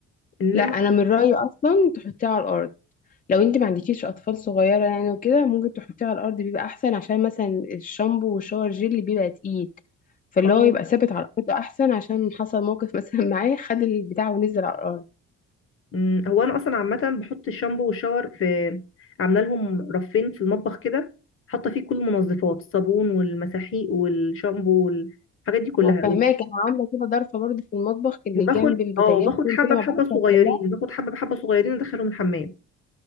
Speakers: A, on the left; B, on the left.
A: انما
B: لا انا من رأيي اصلا تحطيه على الارض لو انت ما عندكيش اطفال صغيره يعني وكده ممكن تحطيه على الارض بيبقى احسن عشان مثلا الشامبو والشاور جيل بيبقى تقيل فاللي
A: اه
B: هو يبقى ثابت على الارض احسن عشان حصل موقف مثلا <laughs> معاه خد البتاع ونزل على الارض
A: أمم، هو انا اصلا عامه بحط الشامبو والشاور في عامله لهم رفين في المطبخ كده حاطه فيه كل المنظفات الصابون والمساحيق والشامبو والحاجات دي كلها
B: انا فاهماك انا عامله كده ضرفه برضه في المطبخ اللي
A: وباخد
B: جنب البوتاجاز
A: اه باخد
B: كل
A: حبه
B: كده ما
A: بحبه
B: بعرفش
A: صغيرين
B: اغسلها
A: باخد حبه بحبه صغيرين ادخلهم الحمام